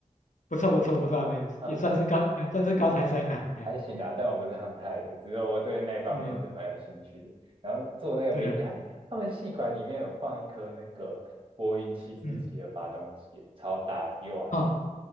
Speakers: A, on the left; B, on the right.
A: 不错不错不错，你也算是高哎算是高材生了，
B: 嗯，
A: 哎
B: 还行啦，但我不是航太的，只是我对那方面是蛮有兴趣的。
A: 嗯
B: 然后坐那个飞机，
A: 对啊
B: 还他们系馆里面有放一颗那个波音七四七的发动机，
A: 嗯
B: 超大，比我还
A: 哦